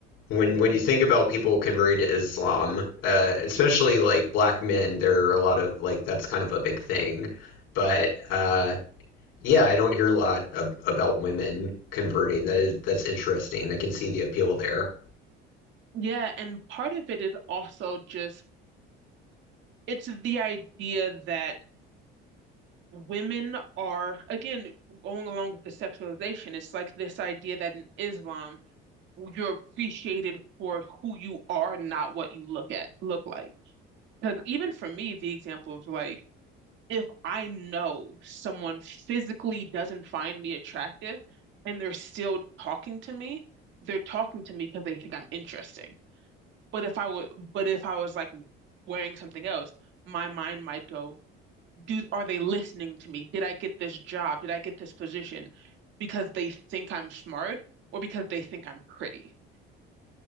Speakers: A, on the left; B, on the right.
A: when when you think about people converting to Islam, uh, especially like black men, there are a lot of like that's kind of a big thing. But uh, yeah, I don't hear a lot ab about women converting. That is that's interesting. I can see the appeal there.
B: Yeah, and part of it is also just it's the idea that women are again going along with the sexualization. It's like this idea that in Islam you're appreciated for who you are, not what you look at look like. Because even for me, the example of like if I know someone physically doesn't find me attractive and they're still talking to me, they're talking to me because they think I'm interesting. But if I would, but if I was like wearing something else, my mind might go, do, are they listening to me? Did I get this job? Did I get this position because they think I'm smart or because they think I'm pretty?